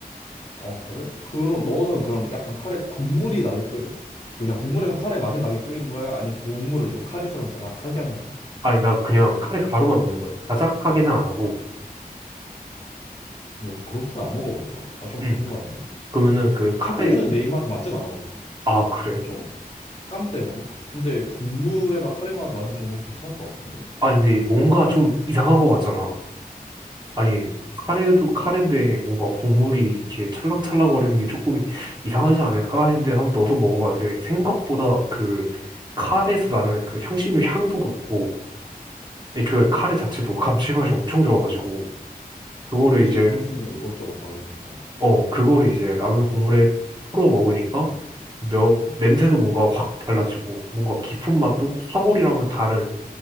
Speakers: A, on the left; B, on the right.
A: 어, 그래? 그럼 너는 그럼 약간 카레 국물이 나게 끓여? 그냥 국물에서 카레 맛이 나게 끓이는 거야? 아니면 국물을 좀 카레처럼 자작하게 하는 거야?
B: 아니 나 그냥 카레 가루만 넣는 거야. 자작하게는 안 하고.
A: 아, 근데 그렇게는 안 먹어봤다. 아, 좀
B: 음
A: 궁금한데?
B: 그러면은 그 카레
A: 카구리는 내 입맛에 맞진 않았거든?
B: 아 그래?
A: 좀 식감 때문에? 근데 국물에다 카레 맛 나는 정도면 괜찮을 것 같은데?
B: 아니, 근데 뭔가 좀 이상한 것 같잖아. 아니, 카레도 카레인데 뭔가 국물이 이렇게 찰랑찰랑거리는 게 조금 이상하지 않을까 했는데 한번 넣어서 먹어봤는데 생각보다 그 카레에서 나는 그 향신료 향도 그렇고 애초에 카레 자체도 감칠맛이 엄청 좋아가지고 그거를
A: 그지?
B: 이제
A: 향신료 이것저것 받으니까.
B: 어, 그거를 이제 라면 국물에 풀어 먹으니까 며, 냄새도 뭔가 확 달라지고 뭔가 깊은 맛도
A: 응.
B: 사골이랑은 다른